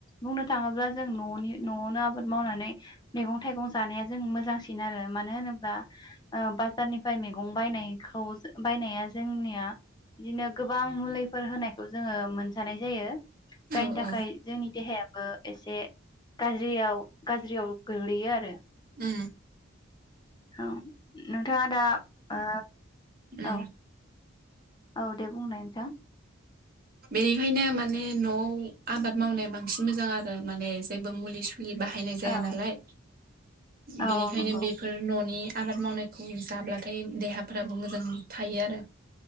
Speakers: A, on the left (about 20°); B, on the right (about 45°).
A: बुंनो थाङोब्ला जों न'नि न'आवनो आबाद मावनानै मैगं थाइगं जानाया जों मोजांसिन आरो मानो होनोब्ला बाजारनिफ्राय मैगं बायनायखौ बायनाया जोंनिया बिदिनो गोबां मुलिफोर होनायखौ जोंङो मोनजानाय जायो जायनि
B: औ
A: थाखाय
B: औ
A: जोंनि देहाया एसे गाज्रियाव गोग्लैयो आरो
B: ओ
A: औ नोंथाङा दा ओ
B: उम
A: औ औ दे बुंनाय नोंथां
B: बेनिखायनो माने न'आव आबाद मावनाया बांसिन मोजां आरो माने जेबो मुलि- बि बाहायनाय जाया
A: औ
B: नालाय बेनिखायनो
A: औ औ नंगौ
B: बेफोर न'नि आबाद मावनायखौ जाब्लाथाय देहाफ्राबो मोजां थायो आरो